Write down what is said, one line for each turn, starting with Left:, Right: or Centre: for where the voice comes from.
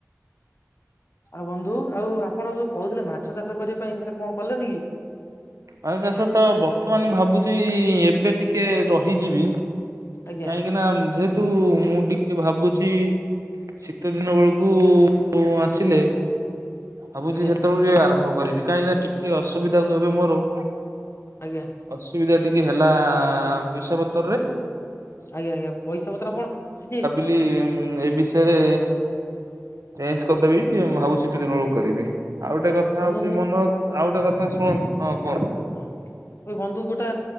Left: ଆଉ ବନ୍ଧୁ ଆଉ ଆପଣ ଯୋଉ କହୁଥିଲେ ମାଛ ଚାଷ କରିବା ପାଇଁ ସେଟା କଣ କଲେନି କି?
Right: ମା ଚାଷ ତ ବର୍ତ୍ତମାନ ଭାବୁଛି ଏବେ ଟିକେ ରହିଯିବି
Left: ଆଜ୍ଞା
Right: କାହିଁକି ନା ମ୍ ଯେହେତୁ ମୁଁ ଟି କେ ଭାବୁଛି ଶୀତ ଦିନ ବେଳକୁ ଆସିଲେ। ଭାବୁଛି
Left: ଆଜ୍ଞା
Right: ସେତେବେଳ କୁ ଯାଇ ଆରମ୍ଭ କରିବି କାହିଁକିନା ଟିକେ ଅସୁବିଧାକୁ ଏବେ ମୋର।
Left: ଆଜ୍ଞା।
Right: ଅସୁବିଧା ଟିକେ ହେଲା ପଇସା ପତର ରେ।
Left: ଆଜ୍ଞା ଆଜ୍ଞା ପଇସା ପତ୍ର ଆପଣ କିଛି।
Right: ବି ଏ ବିଷୟରେ ଚେଞ୍ଜ କରିଦେବି ଭାବୁଛି ଶୀତ ଦିନ ବେଳକୁ କରିବି। ଆଉ ଟେ କଥା
Left: ବନ୍ଧୁ
Right: ହଉଛି
Left: ମୁଁ
Right: ମନୋଜ ଆଉ ଟେ କଥା ଶୁଣନ୍ତୁ ହଁ କୁହନ୍ତୁ।
Left: ହୁଁ ଏଇ ବନ୍ଧୁ ଗୋଟା